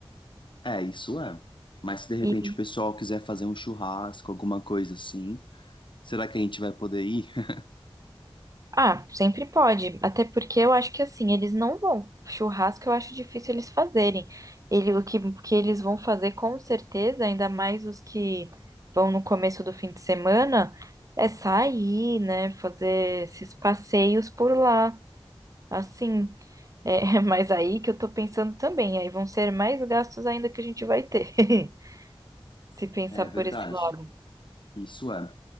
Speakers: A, on the left; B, on the right.
A: É, isso é. Mas se de repente
B: E,
A: o pessoal quiser fazer um churrasco, alguma coisa assim, será que a gente vai poder ir? <laughs>
B: ah, sempre pode. Até porque eu acho que assim, eles não vão. Churrasco eu acho difícil eles fazerem. Ele, o que, que eles vão fazer com certeza, ainda mais os que vão no começo do fim de semana, é sair, né? Fazer esses passeios por lá. Assim, é, <laughs> mas aí que eu tô pensando também, aí vão ser mais gastos ainda que a gente vai ter. <laughs> se pensar
A: É verdade.
B: por esse lado.
A: Isso é.